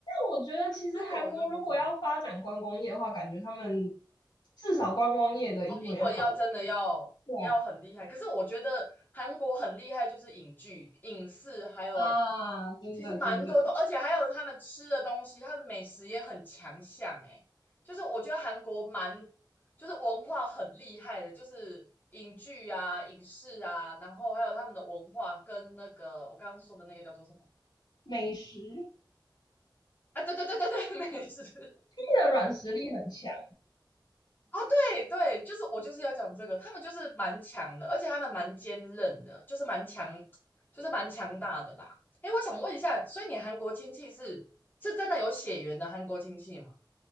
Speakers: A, on the left; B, on the left.
A: 我觉得其实韩国如果要发展观光业的话，
B: 这个我就不知道。
A: 感觉他们至少观光业的英文要好一点。
B: 哦，英文要真的要要很厉害，
A: 对
B: 可是我觉得韩国很厉害，就是影剧、影视，还有
A: 啊，啊真的真的，
B: 其实蛮多的，而且还有他们吃的东西，他们美食也很强项哎。就是我觉得韩国蛮，就是文化很厉害的，就是影剧啊、影视啊，然后还有他们的文化跟那个我刚刚说的那个叫做什么？
A: 美食，
B: 啊，对对对对对，<laughs> 美食。
A: 他们的软实力很强。
B: 对对，就是我就是要讲这个，他们就是蛮强的，而且他们蛮坚韧的，就是蛮强，就是蛮强大的啦。哎，我想问一下，所以你韩国亲戚是是真的有血缘的韩国亲戚吗？